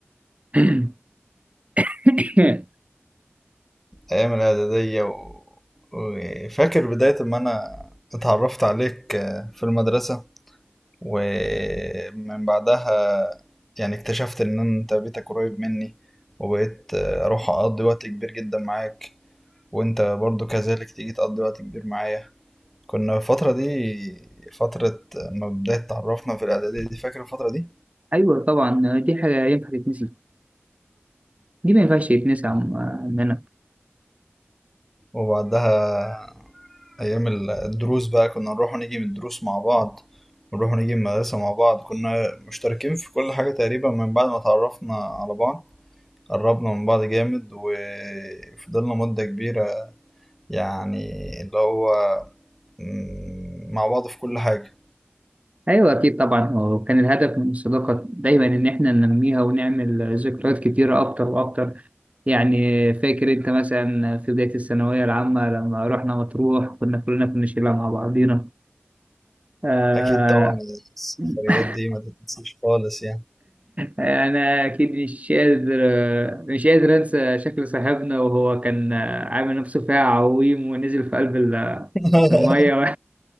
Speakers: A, on the right; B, in the centre.
A: <coughs> <laughs>
B: ايام الاعدادية و... وفاكر بداية ما انا اتعرفت عليك آه، في المدرسة ومن بعدها يعني اكتشفت ان انت بيتك قريب مني وبقيت آه، اروح اقضي وقت كبير جدا معاك وانت برضو كذلك تيجي تقضي وقت كبير معايا كنا الفترة دي فترة ما بداية تعرفنا في الإعدادية دي فاكر الفترة دي
A: أيوه طبعا دي حاجة ينفع تتنسي دي ما ينفعش تتنسي عم- عننا
B: وبعدها أيام ال- الدروس بقى كنا نروح ونيجي من الدروس مع بعض ونروح ونيجي من المدرسة مع بعض كنا مشتركين في كل حاجة تقريبا من بعد ما تعرفنا على بعض قربنا من بعض جامد وفضلنا مدة كبيرة يعني اللي هو مم، مع بعض في كل حاجة
A: أيوه أكيد طبعا هو كان الهدف من الصداقة دايما إن إحنا ننميها ونعمل ذكريات كتيرة أكتر وأكتر يعني فاكر أنت مثلا في بداية الثانوية العامة لما رحنا مطروح كنا كلنا كنا شلة مع بعضينا آه،
B: أكيد طبعا السفريات
A: <laughs>
B: دي ما تتنسيش خالص يعني
A: انا اكيد مش قادر مش قادر انسى شكل صاحبنا وهو كان عامل نفسه فيها عويم ونزل في قلب ال-
B: <laughs>
A: الميه و...